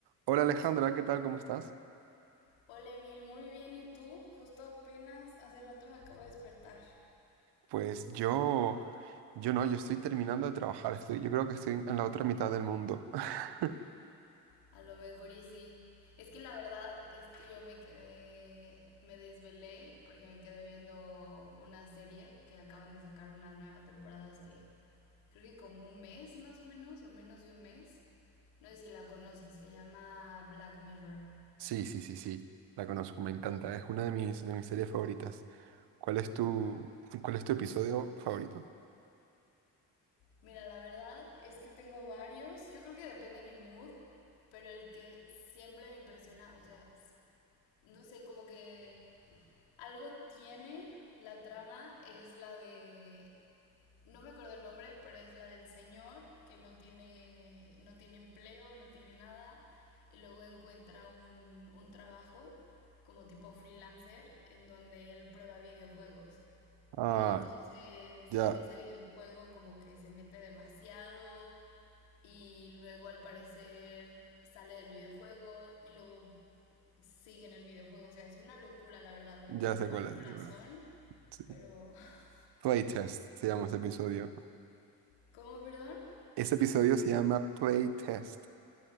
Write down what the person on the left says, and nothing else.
Hola Emil, muy bien, ¿y tú? Justo apenas hace rato me acabo de despertar.
A lo mejor y sí. Es que la verdad es que yo me quedé, me desvelé porque me quedé viendo una serie que acaban de sacar una nueva temporada hace, creo que como un mes más o menos, o menos de un mes. No sé si la conoces, se llama Black Mirror.
Mira, la verdad es que tengo varios, yo creo que depende de mi mood, pero el que siempre me impresiona, o sea, no sé, como que algo tiene la trama, es la de, no me acuerdo el nombre, pero es la del señor que no tiene, no tiene empleo, no tiene nada, y luego encuentra un, un trabajo como tipo freelancer en donde él prueba videojuegos.
Entonces,
en ese videojuego como que se mete demasiado y luego al parecer sale del videojuego y luego sigue en el videojuego. O sea, es una locura, la verdad, me
rompió
el
corazón,
pero... <laughs>
¿Cómo, perdón?